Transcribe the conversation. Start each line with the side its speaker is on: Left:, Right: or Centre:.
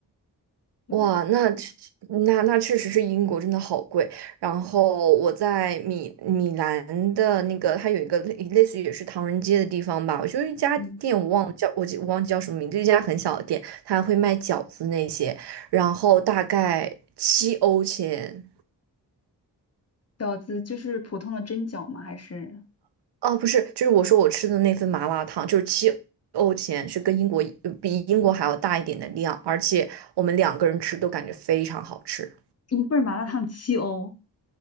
Left: 对，
Right: 哇，那确那那确实是英国真的好贵。然后我在米米兰的那个，它有一个类类似于也是唐人街的地方吧，我就一家店，
Left: 嗯，
Right: 我忘了叫我记我忘记叫什么名字，一家很小的店，它会卖饺子那些，然后大概七欧钱。
Left: 饺子就是普通的蒸饺吗？还是
Right: 哦，不是，就是我说我吃的那份麻辣烫，就是七欧钱，是跟英国一呃比英国还要大一点的量，而且我们两个人吃都感觉非常好吃。
Left: 一份儿麻辣烫七欧？